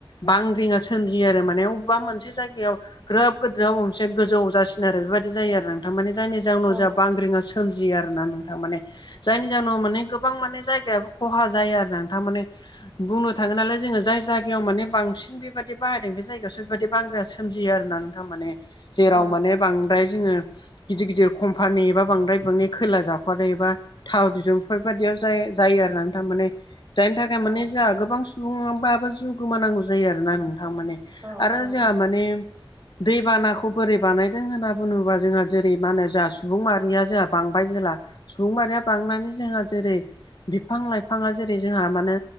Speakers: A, on the left; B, on the right.
A: बांग्रिङा सोमजियो आरो माने अबेबा मोनसे जायगायाव ग्रोब <unintelligible> मोनसे गोजौ जासिनो आरो बेबायदि जायो आरो नोंथां मानि जायनि जाउनाव
B: औ
A: जा बांग्रिङा सो सोमजियो आरो ना नोंथां माने जायनि जाहोनाव माने गोबां माने जायगायाबो खहा जायो आरो ना नोंथां माने बुंनो थाङो नालाय जोङो जाय जायगायाव माने बांसिन बेबायदि बाहायदों बे जायगायावसो बेबायदि बांग्रिङा सो सोमजियो आरोना नोंथां माने जेराव
B: औ
A: माने बांद्राय जोङो गिदिर गिदिर कम्पानि एबा बांद्राय बिबांनि खैला जावखारो एबा थाव दिरुं बेफोरबायदियाव जाय जायो आरो ना नोंथां माने जाय माने
B: औ
A: जोंहा गोबां सुबुंबाबो जिउ गोमानांगौ जायो आरो ना नोंथां माने
B: ओं
A: आरो
B: ओं
A: जोंहा माने दैबानाखौ बोरै बानायदों होनना बुङोबा जोंहा जेरै मा होनो जों सुबुं माहारिया जोंहा बांबाय जेला सुबुं माहारिया बांनानै जोंहा जेरै बिफां लाइफाङा जेरै जोंहा मानो